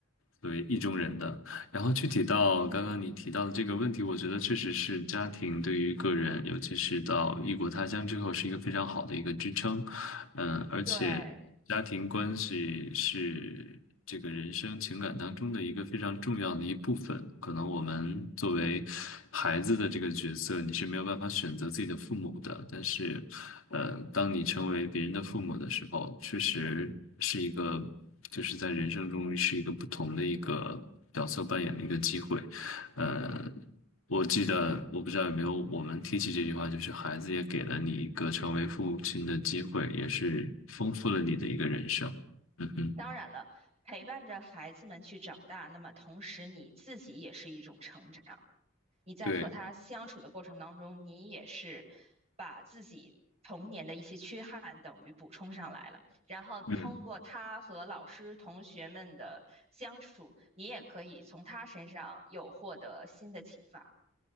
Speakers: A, on the left; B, on the right.
A: 作为意中人的。然后具体到刚刚你提到的这个问题，我觉得确实是家庭对于个人，尤其是到异国他乡之后，是一个非常好的一个支撑。嗯，而且家庭关系是这个人生情感当中的一个非常重要的一部分。
B: 对，
A: 可能我们作为孩子的这个角色，你是没有办法选择自己的父母的。但是，呃，当你成为别人的父母的时候，确实是一个，就是在人生中是一个不同的一个角色扮演的一个机会。呃，我记得我不知道有没有我们提起这句话，就是孩子也给了你一个成为父亲的机会，也是丰富了你的一个人生。嗯哼，
B: 当然了，陪伴着孩子们去长大，那么同时你自己也是一种成长。你在和他相处的过程当中，
A: 对，
B: 你也是把自己童年的一些缺憾等于补充上来了，然后通过他和老师、
A: 嗯，
B: 同学们的相处，你也可以从他身上有获得新的启发。